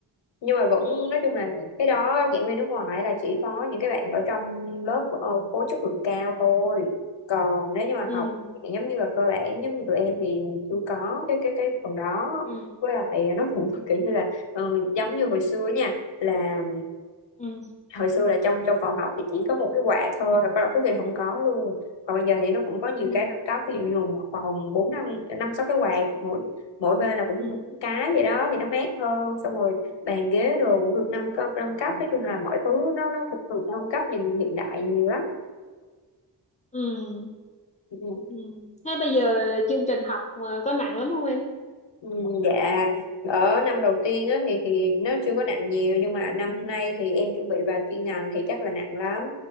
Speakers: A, on the left; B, on the left.
A: nhưng mà vẫn nói chung là cái đó giảng viên nước ngoài là chỉ có những cái bạn ở trong lớp ờ, khối chất lượng cao thôi còn nếu như mà
B: ừ
A: học giống như là cơ bản giống như tụi em thì chưa có cái cái cái phần đó
B: ừ
A: với lại nó cũng <laughs> kiểu như là ờ, giống như hồi xưa nha là
B: ừ
A: hồi xưa là trong trong phòng học thì chỉ có một cái quạt thôi rồi có đọc cái gì không có luôn còn bây giờ thì nó cũng có nhiều
B: ừ
A: cái nâng cấp ví dụ như một phòng bốn năm năm sáu cái quạt mỗi bên là cũng
B: ừ
A: bốn cái vậy đó thì nó mát hơn xong rồi
B: ừ
A: bàn ghế đồ cũng được nâng cấp nâng cấp nói chung là mọi thứ nó nó cũng được nâng cấp nhìn hiện đại nhiều lắm
B: ừ
A: Ừ,
B: ừ. thế bây giờ chương trình học mà có nặng lắm không em
A: Ừ, Dạ, ở năm đầu tiên á, thì thì nó chưa có nặng nhiều nhưng mà năm nay thì em chuẩn bị vào chuyên ngành thì chắc là nặng lắm.